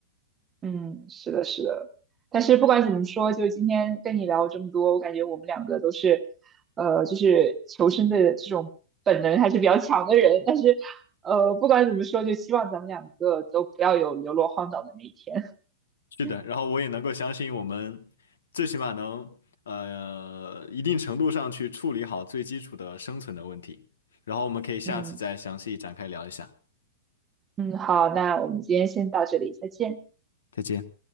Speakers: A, on the right; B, on the left.
A: 嗯，是的，是的。但是不管怎么说，就今天跟你聊这么多，我感觉我们两个都是，呃，就是求生的这种本能还是比较强的人。但是，呃，不管怎么说，就希望咱们两个都不要有流落荒岛的那一天。
B: 是的，
A: <laughs>
B: 然后我也能够相信我们最起码能呃一定程度上去处理好最基础的生存的问题，然后我们可以下次再详细展开聊一下。
A: 嗯嗯，好，那我们今天先到这里，再见。
B: 再见。